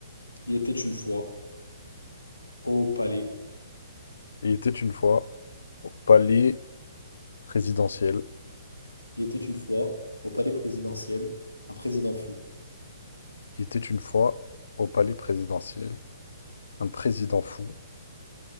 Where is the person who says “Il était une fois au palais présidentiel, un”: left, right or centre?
Left